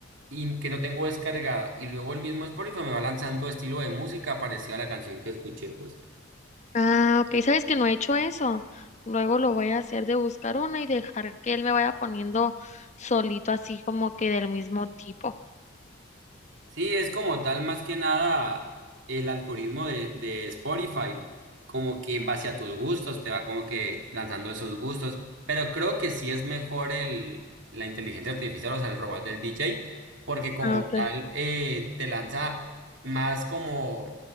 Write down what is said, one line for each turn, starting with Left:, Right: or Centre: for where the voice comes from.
Right: y que no tengo descargada. Y luego el mismo Spotify me va lanzando estilo de música parecido a la canción que escuché, pues.
Left: Ah, ok, sabes que no he hecho eso. Luego lo voy a hacer de buscar una y dejar que él me vaya poniendo solito así como que del mismo tipo.
Right: Sí, es como tal más que nada el algoritmo de, de Spotify, como que en base a tus gustos te va como que lanzando esos gustos, pero creo que sí es mejor el, la inteligencia artificial, o sea, el robot del DJ, porque como
Left: Ah, ok.
Right: tal eh, te lanza más como,